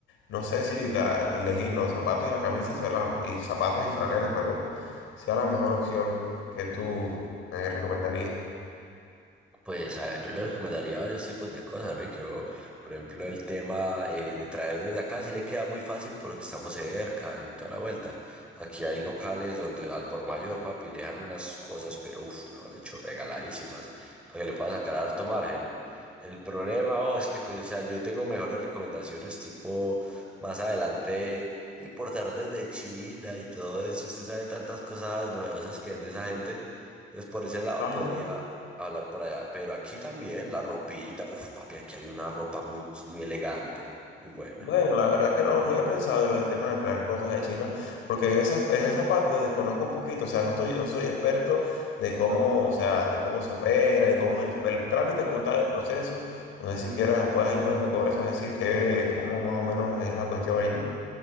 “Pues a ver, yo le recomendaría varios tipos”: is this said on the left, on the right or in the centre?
Centre